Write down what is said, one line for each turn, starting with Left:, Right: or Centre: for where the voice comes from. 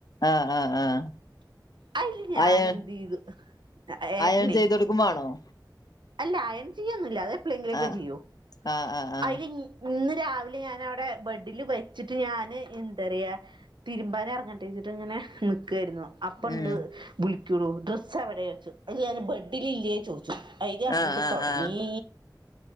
Left: ആഹ് ആഹ് ആഹ്
Right: അയില് ഞാൻ
Left: അയൺ
Right: എന്ത് ചെയ്തു ഏട്ടനെ
Left: അയൺ ചെയ്തോടു ക്കും വേണോം
Right: അല്ല അയണ് ചെയ്യൊന്നില്ല അത് എപ്പളെങ്കിലൊക്കെ
Left: ആഹ്
Right: ചെയ്യൂ
Left: ആഹ് ആഹ് ആഹ്
Right: അയിലി ഇന്ന് രാവിലെ ഞാനവിടെ ബെഡില് വെച്ചിട്ട് ഞാന് എന്തറയാ തിരുമ്പാനറങ്ങ ഫുഡ് കഴിച്ചിട്ട് ഇങ്ങനെ നിക്കാരുന്നു അപ്പൊ ഉണ്ട്
Left: ഉം
Right: വിളിക്കുണു ഡ്രസ്സ് എവിടെ വെച്ചു അല്ലേ ഞാന് ബെഡിലില്ലേ ചോദിച്ചു അയില് അങ്ങട്ട്
Left: ആഹ് ആഹ്
Right: തൊടങ്ങീ
Left: ആഹ്